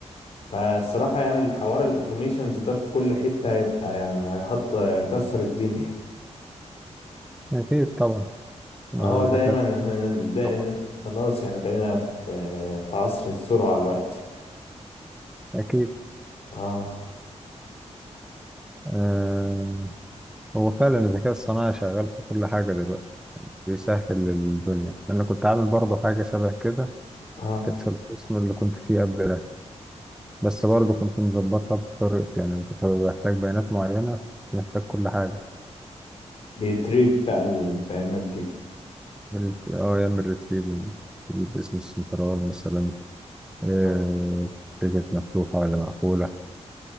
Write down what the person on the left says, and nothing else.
فالصراحة يعني الحوار الاوتوميشنز ده في كل حتة هيبقى يعني هيحط كسر الدنيا
<laughs> هو
دايما احنا ده
خلاص يعني بقينا في في عصر السرعة الوقت
اه
اه
بيتريف بقى البيانات دي
آه.